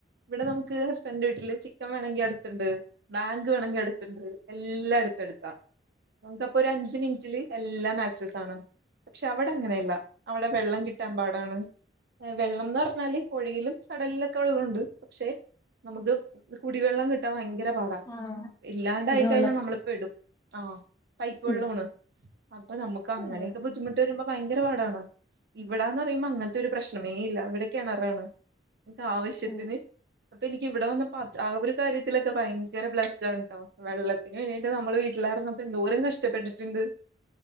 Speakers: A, on the right; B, on the left.
A: ഇവിടെ നമുക്ക് ഹസ്ബൻഡന്റെ വീട്ടില് ചിക്കൻ വേണമെങ്കി അടുത്തുണ്ട് ബാങ്ക് വേണങ്കി അടുത്തണ്ട് എല്ലാം അടു ടുക്ക നമുക്കപ്പൊ ഒരു അഞ്ച് മിനിറ്റില് എല്ലാ ആക്സസ ആണ് പക്ഷെ അവിടെ അങ്ങനെയല്ല അവിടെ വെള്ളം കിട്ടാൻ പാടാണ് വെള്ളം എന്ന് പറഞ്ഞാല് കോഴിയിലും കടലിലൊക്കെ വെള്ളമുണ്ട് പക്ഷെ നമുക്ക് കുടിവെള്ളം കിട്ടാൻ ഭയങ്കര പാടാ
B: ആഹ്
A: ഇല്ലാണ്ടായിക്കഴിഞ്ഞാൽ
B: കുടിവെള്ളം
A: നമ്മളു പെടും ആഹ പൈപ്പ് വെള്ളമാണ്
B: ഉം
A: അപ്പൊ നമുക്ക് അങ്ങനെയൊക്കെ
B: ആഹ്
A: ബുദ്ധിമുട്ട് വരുമ്പോ ഭയങ്കര പാടാണ് ഇവിടന്ന് പറയുമ്പോ അങ്ങനത്തെ ഒരു പ്രശ്നമേ ഇല്ല ഇവിടെ കിണറാണ് ആവശ്യത്തിന്
B: ആഹ്
A: അപ്പൊ എനിക്ക് ഇവിടെ വന്ന ആ ഒരു കാര്യത്തിലൊക്കെ ഭയങ്കര ബ്ലസ്ഡ ആണ് കേട്ടോ വെള്ളത്തി പിന്നന് വേണീട്ട് നമ്മള് വീട്ടിലിറങ്ങപ്പോ എന്തോരം കഷ്ടപ്പെട്ടിട്ടുണ്ട്